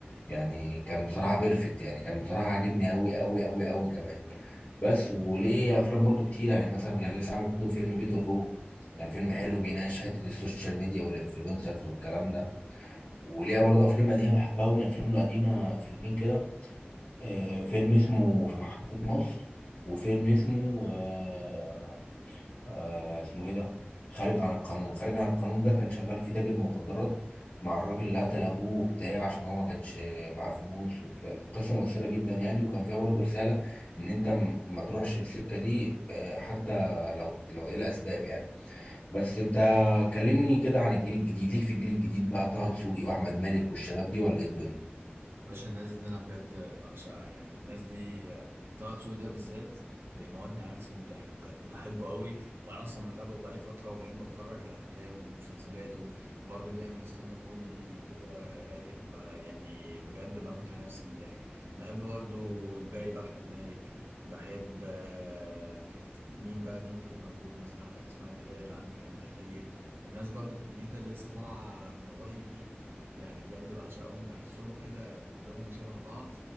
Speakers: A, on the left; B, on the right.
A: يعني كان بصراحه بيرفكت يعني كان بصراحه عاجبني قوي قوي قوي قوي كمان بس وليه افلام برضو كتير يعني مثلا كان لسه عامله فيلم بيت الروبي كان فيلم حلو بيناقش حته السوشيال ميديا والانفلونسرز والكلام ده وليه برضو افلام قديمه بحبها ومن افلامه القديمه فيلمين كده آه، فيلم اسمه في محطه مصر وفيلم اسمه آه، آه اسمه ايه ده خارج عن القانون خارج عن القانون ده كان شغال فيه تاجر مخدرات مع الراجل اللي قتل ابوه وبتاع عشان هو ما كانش معاه فلوس وبتاع كانت قصه مؤثره جدا يعني وكان فيها برضه رساله ان انت م- ما تروحش السكه دي آه، حتى لو لو ايه الاسباب يعني بس انت كلمني كده عن الجيل الجديد ليك في الجيل الجديد بقى طه دسوقي واحمد مالك والشباب دي ولا ايه الدنيا
B: باشا الناس دي انا بجد بعشقها يعني الناس دي آه، طه دسوقي ده بالذات بيموتني على نفسي من الضحك بجد بحبه قوي وانا اصلا متابعه بقالي فتره وبحب اتفرج على افلامه ومسلسلاته برضه بيعمل ستاند اب كوميدي كده رايق بقى يعني بجد بموت على نفسي من الضحك بحب برضه الباقي بقى احمد مالك بحب آه، مين بقى مين تاني موجود مثلا عندك اسماء جلال عندك امينه خليل الناس برضو الجديده اللي لسه طالعه من قريب دي يعني بجد بعشقهم بحسهم كده كلهم شبه بعض